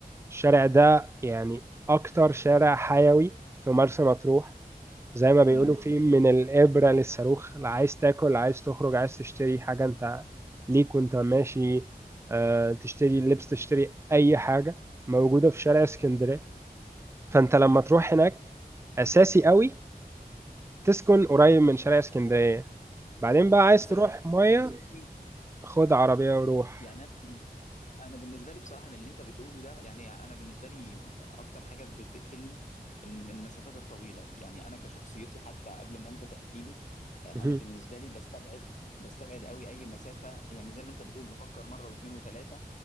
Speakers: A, on the right; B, on the left.
A: الشارع ده يعني أكتر شارع حيوي في مرسى مطروح زي ما بيقولوا
B: امم
A: في من الإبرة للصاروخ لا عايز تاكل عايز تخرج عايز تشتري حاجة انت ليك وانت ماشي آه، تشتري لبس تشتري أي حاجة موجودة في شارع اسكندرية فانت لما تروح هناك أساسي قوي تسكن قريب من شارع اسكندرية بعدين بقى عايز
B: بس
A: تروح
B: أنا
A: مية
B: بالنسبة لي
A: خد عربية وروح
B: يعني أنا انا بالنسبه لي بصراحه من اللي انت بتقوله ده يعني انا بالنسبه لي اكتر حاجه بتقفلني الم- المسافات الطويله يعني انا كشخصيتي حتى قبل ما انت تحكي لي آه،
A: مهم.
B: انا بالنسبه لي بستبعد بستبعد قوي اي مسافه يعني زي ما انت بتقول بفكر مره واثنين وثلاثه